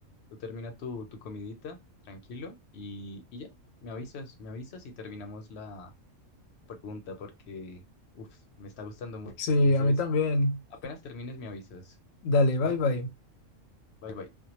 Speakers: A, on the left (about 65°); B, on the left (about 80°).
A: tú termina tu, tu comidita, tranquilo, y, y ya, me avisas, me avisas y terminamos la pregunta porque, uff, me está gustando mucho.
B: sí,
A: Entonces,
B: a mí también.
A: apenas termines, me avisas.
B: Dale, bye
A: ¿Va?
B: bye.
A: Bye, bye.